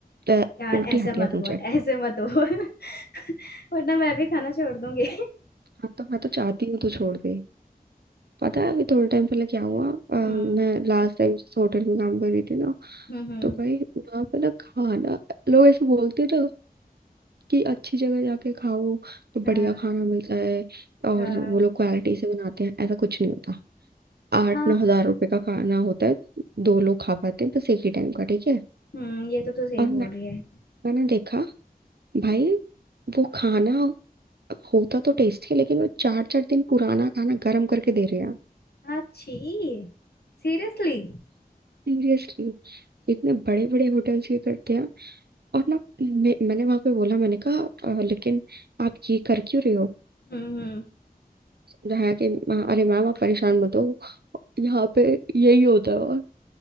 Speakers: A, on the right; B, on the left.
A: तो
B: यार
A: उल्टी
B: ऐसे
A: आती
B: मत
A: है अब मुझे
B: बोल ऐसे मत बोल <laughs> वरना मैं भी खाना छोड़ दूंगी
A: हाँ तो मैं तो चाहती हूँ तो छोड़ दे पता है अभी थोड़े टाइम पहले क्या हुआ अ, मैं
B: हम्म
A: लास्ट टाइम जिस होटल में काम कर रही थी ना
B: हम्म हम्म
A: तो भाई वहाँ पे ना खाना लोग ऐसे बोलते हैं ना कि अच्छी जगह जाके खाओ तो बढ़िया
B: हाँ
A: खाना मिलता है और
B: हाँ
A: वो लोग क्वालिटी से बनाते हैं ऐसा कुछ नहीं होता आठ
B: हाँ,
A: नौ हजार रुपए का खाना होता है दो लोग खा पाते हैं बस एक ही टाइम का ठीक है
B: हम्म ये तो तू सही
A: और मैं,
B: बोल रही है
A: मैंने देखा भाई वो खाना होता तो टेस्टी है लेकिन वो चार चार दिन पुराना खाना गर्म करके दे रहे हैं
B: अच्छी सीरियसली
A: सीरियसली इतने बड़े बड़े होटल्स ये करते हैं और ना मैं, मैंने वहां पे बोला मैंने कहा "अ, लेकिन आप ये कर क्यों रहे हो
B: हम्म हम्म
A: जहाँ कि "मा- अरे मैम आप परेशान मत हो यहाँ पे यही होता है और